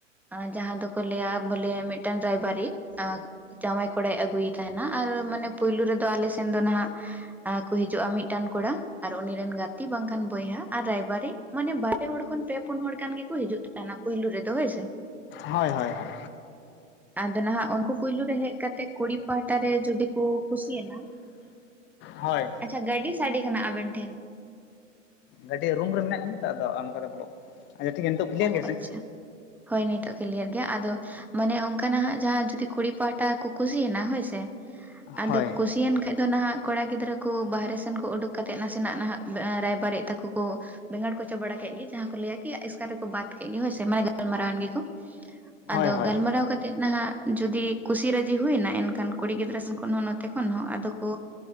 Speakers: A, in the centre; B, on the left.
A: ᱟ ᱡᱟᱦᱟᱸ ᱫᱚᱠᱚ ᱞᱟᱹᱭᱟ ᱵᱚᱞᱮ ᱢᱤᱫᱴᱟᱝ ᱨᱟᱭᱵᱟᱨᱤ ᱟᱠ ᱡᱟᱢᱟᱭ ᱠᱚᱲᱟᱭ ᱟᱹᱜᱩᱭ ᱛᱟᱦᱮᱱᱟ ᱟᱨ ᱢᱟᱱᱮ ᱯᱳᱭᱞᱳ ᱨᱮᱫᱚ ᱟᱞᱮ ᱥᱮᱱ ᱫᱚ ᱱᱟᱦᱟᱸᱜ ᱟ ᱠᱩ ᱦᱤᱡᱩᱜᱼᱟ ᱢᱤᱫᱴᱟᱱ ᱠᱚᱲᱟ ᱟᱨ ᱩᱱᱤ ᱨᱮᱱ ᱜᱟᱛ ᱛᱤ ᱵᱟᱝᱠᱷᱟᱱ ᱵᱚᱭᱦᱟ ᱟᱨ ᱨᱟᱭᱵᱟᱨᱤ ᱢᱟᱱᱮ ᱵᱟᱨ ᱯᱮ ᱦᱚᱲ ᱠᱷᱚᱱ ᱯᱮ ᱯᱩᱱ ᱦᱚᱲ ᱜᱟᱱ ᱜᱮᱠᱚ ᱦᱤᱡᱩᱜ ᱛᱟᱦᱮᱱᱟ ᱯᱩᱭᱞᱳ ᱨᱮᱫᱚ ᱦᱳᱭ ᱥᱮ᱾
B: ᱦᱳᱭ ᱦᱳᱭ ᱦᱳᱭ᱾
A: ᱟᱫᱚ ᱱᱟᱦᱟᱸᱜ ᱩᱱᱠᱩ ᱯᱩᱭᱞᱳ ᱨᱮ ᱦᱮᱡ ᱠᱟᱛᱮᱫ ᱠᱩᱲᱤ ᱯᱟᱦᱟᱴᱟ ᱨᱮ ᱡᱩᱫᱤ ᱠᱩ ᱠᱩᱥᱤᱭᱮᱱᱟ
B: ᱦᱳᱭ᱾
A: ᱟᱪᱪᱷᱟ ᱜᱟᱹᱰᱤ ᱥᱟᱰᱮ ᱠᱟᱱᱟ ᱟᱵᱮᱱ ᱴᱷᱮᱱ᱾
B: ᱜᱟᱹᱰᱤ ᱨᱩᱢ ᱨᱮ ᱢᱮᱱᱟᱜ ᱞᱤᱧᱟ ᱛᱚ ᱟᱫᱚ ᱚᱱᱠᱟ ᱛᱮ ᱵᱚᱞᱚᱜ ᱟᱪᱪᱷᱟ ᱴᱷᱤᱠ ᱜᱮᱭᱟ ᱱᱤᱛᱚᱜ ᱠᱞᱤᱭᱟᱨ
A: ᱚ
B: ᱜᱮᱭᱟ
A: ᱟᱪᱪᱷᱟ᱾
B: ᱥᱮ
A: ᱦᱳᱭ ᱱᱤᱛᱚᱜ ᱠᱤᱞᱭᱟᱨ ᱜᱮᱭᱟ ᱟᱫᱚ ᱢᱟᱱᱮ ᱚᱱᱠᱟᱱᱟᱜ ᱱᱟᱦᱟᱸᱜ ᱡᱟᱦᱟᱸ ᱡᱩᱫᱤ ᱠᱩᱲᱤ ᱯᱟᱦᱟᱴᱟ ᱠᱚ ᱠᱩᱥᱤᱭᱮᱱᱟ ᱦᱳᱭᱥᱮ᱾ ᱟᱫᱚ
B: ᱦᱳᱭ
A: ᱠᱩᱥᱤᱭᱮᱱ ᱠᱷᱟᱡ ᱫᱚ ᱱᱟᱦᱟᱜ ᱠᱟᱲᱟ ᱜᱤᱫᱽᱨᱟᱹ ᱠᱚ ᱵᱟᱨᱦᱮ ᱥᱮᱱ ᱠᱚ ᱩᱰᱩᱠ ᱠᱟᱛᱮᱫ ᱱᱟᱥᱮᱱᱟᱜ ᱱᱟᱦᱟᱸᱜ ᱵᱮ ᱟ ᱨᱟᱭᱵᱟᱨᱤᱡ ᱛᱟᱠᱚ ᱠᱚ ᱵᱮᱸᱜᱟᱲ ᱠᱚᱪᱟ ᱵᱟᱲᱟ ᱠᱮᱜ ᱜᱮ ᱡᱟᱦᱟᱸ ᱠᱚ ᱞᱟᱹᱭᱟ ᱠᱤ ᱮᱥᱠᱟᱨ ᱨᱮᱠᱚ ᱵᱟᱫ ᱠᱮᱫ ᱜᱮ ᱦᱳᱭ ᱥᱮ ᱢᱟᱱᱮ ᱜᱟᱞᱢᱟᱨᱟᱣᱮᱱ ᱜᱮᱠᱚ,
B: ᱦᱳᱭ
A: ᱟᱫᱚ
B: ᱦᱳᱭ
A: ᱜᱟᱞᱢᱟᱨᱟᱣ ᱠᱟᱛᱮᱫ ᱱᱟᱦᱟᱸᱜ ᱡᱩᱫᱤ ᱠᱩᱥᱤ ᱨᱟᱹᱡᱤ ᱦᱩᱭᱱᱟ, ᱮᱱᱠᱷᱟᱱ ᱠᱩᱲᱤ ᱜᱤᱫᱽᱨᱟᱹ ᱥᱮᱱ ᱠᱷᱚᱱ ᱦᱚᱸ ᱱᱚᱛᱮ ᱠᱷᱚᱱ ᱦᱚᱸ ᱟᱫᱚ ᱠᱚ